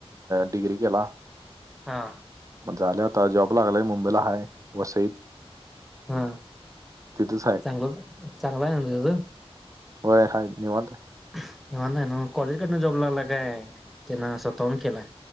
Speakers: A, on the right; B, in the centre.
A: डिग्री केला.
B: हा,
A: मग झाल्या होता जॉब लागलाय मुंबईला हय वसईत.
B: हा,
A: तिथंच आहे
B: चांगलं चांगला आहे. म्ह तझं
A: वय हय निव माते
B: कव्हा नाहीय ना कॉलेजकडन जॉब लागला काय त्यांना स्वतःहून केला.